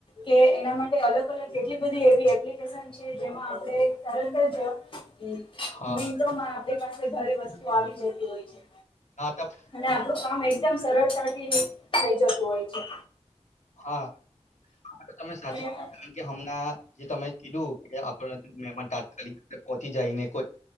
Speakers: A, on the left; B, on the left.
A: કે એના માટે અલગ અલગ કેટલી બધી એવી એપ્લિકેશન જેમાં આપણે તરત જ
B: હા
A: મિટોમાં પાસે ઘરે વસ્તુ આવી જતી હોય છે.
B: આ તપ
A: અને આપણું કામ એકદમ સરળતાથી થઇ જતું હોય છે.
B: હા આ તો તમે સાચી
A: અને
B: કી કારણ કે હમણાં જે તમે કીધું કે આપડે મહેમાન તાત્કાલિક પહોંચી જાયને કોઈ